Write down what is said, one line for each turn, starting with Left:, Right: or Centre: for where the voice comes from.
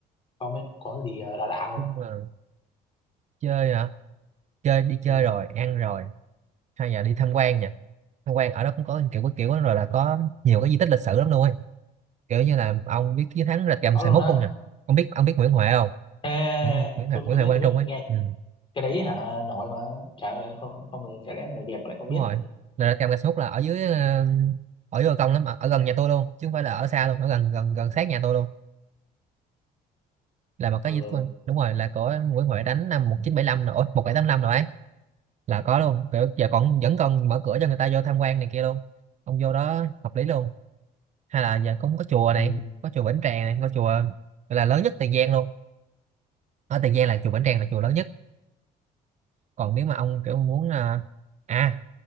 Left: không ấy có cái gì ờ, lạ lạ không
Right: đúng là chơi hả chơi đi chơi
Left: ừ
Right: rồi ăn rồi hay là đi tham quan nha tham quan ở đó cũng có kiểu có kiểu đó rồi là có nhiều cái di tích lịch sử lắm luôn ấy kiểu như là ông biết chiến thắng rạch gầm
Left: có
Right: 21
Left: luôn á
Right: không nhỉ ông biết ông biết Nguyễn Huệ không
Left: à
Right: Nguyễn Nguyễn Huệ,
Left: tôi
Right: Nguyễn
Left: tôi
Right: Huệ
Left: biết
Right: Quang
Left: tôi
Right: Trung
Left: biết
Right: ấy
Left: nghe
Right: ừ,
Left: cái đấy hả nổi mà trời ơi không không người chả lẽ người Việt mà lại không
Right: đúng
Left: biết
Right: rồi là rạch gầm 21 là ở dưới ờ, ở dưới bờ công lắm ở, ở gần nhà tôi luôn chứ không phải là ở xa luôn ở gần gần gần sát nhà tôi luôn là một cái
Left: ừ
Right: gì đó- đúng rồi là của Nguyễn Huệ đánh năm 1975 nữa bảy 1785 rồi một bảy tám năm rồi ấy là có luôn kiểu giờ còn vẫn còn mở cửa cho người ta vô tham quan này kia luôn ông vô đó hợp lý luôn hay là giờ cũng có chùa này
Left: ừ
Right: có chùa Bỉnh Tràng này có chùa gọi là lớn nhất Tiền Giang luôn ở Tiền Giang là chùa Bỉnh Tràng là chùa lớn nhất còn nếu mà ông kiểu muốn à, à